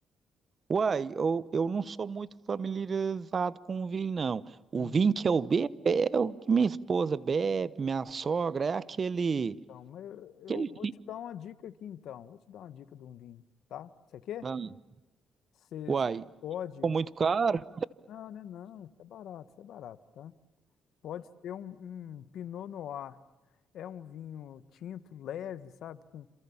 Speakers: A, on the right; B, on the left.
A: uai, eu, eu não sou muito familiarizado com o vinho, não. O
B: Hum.
A: vinho que eu bebo é o que minha esposa bebe, minha sogra, é aquele,
B: Então, mas eu, eu
A: aquele...
B: vou te dar uma dica aqui então. Vou te dar uma dica de um vinho, tá? Você quer?
A: Ah,
B: Você
A: Uai,
B: você pode.
A: ficou muito caro?
B: Não, né? Não, isso é barato, isso é barato, tá? Pode ser um, um Pinot Noir. É um vinho tinto, leve, sabe? Com,